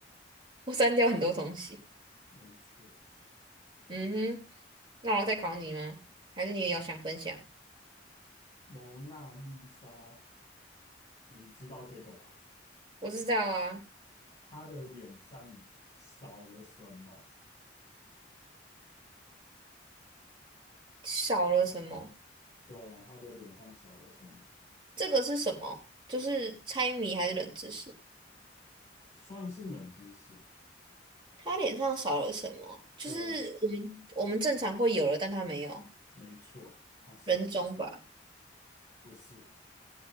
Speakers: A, on the right; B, on the left.
A: <laughs> 我删掉很多东西。
B: 没错，
A: 嗯哼，那我要再考你吗？还是你也要想分享？
B: 蒙娜丽莎，你知道这个吧？
A: 我知道啊，
B: 她的脸上少了什么？
A: 少了什么？
B: 对啊，她的脸上少了什么？
A: 这个是什么？就是猜谜还是冷知识？
B: 算是冷知识，
A: 他脸上少了什么？就是我们我们正常会有的，
B: 对啊，
A: 但他没有
B: 没错，她少，
A: 人中吧？
B: 不是，